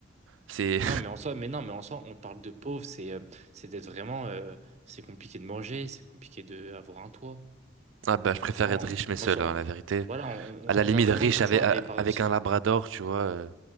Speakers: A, on the right; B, on the right.
A: C'est
B: Non, mais en soi, mais non, mais en soi, on te parle de pauvre, c'est euh, c'est d'être vraiment, euh, c'est compliqué de manger, c'est compliqué de avoir un toit.
A: <laughs> ah bah je préfère
B: Tu vois,
A: être
B: on,
A: riche mais seul,
B: on s'en-
A: hein, la vérité.
B: voilà, on,
A: À la
B: on-
A: limite
B: on va vraiment
A: riche
B: dire,
A: avec
B: tu vois,
A: à-
B: des paroxysmes.
A: avec un labrador, tu vois. euh,